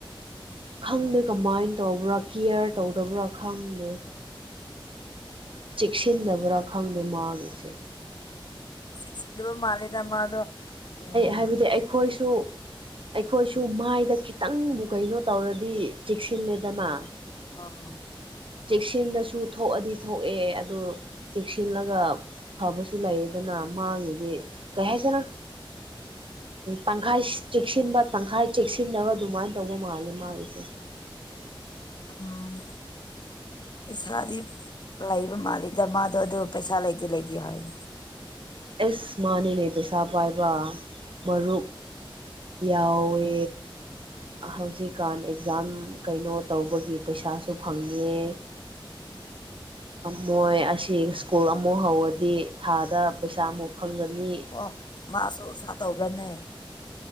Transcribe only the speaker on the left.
ꯆꯦꯛꯁꯤꯛꯁꯤꯟꯗꯕ ꯃꯥꯜꯂꯦꯗ ꯃꯥꯗꯣ꯫ ꯎꯝ
ꯑꯥ
ꯎꯝ ꯄꯩꯁꯥꯗꯤ ꯂꯩꯕ ꯃꯥꯜꯂꯤꯗ ꯃꯥꯗꯣ ꯑꯗꯨꯒ ꯄꯩꯁꯥ ꯂꯩꯇꯦ- ꯂꯩꯇꯦ ꯍꯥꯏꯌꯦ
ꯑꯣ ꯃꯥꯁꯨ ꯑꯁꯥ ꯇꯧꯕ꯭ꯔꯅꯦ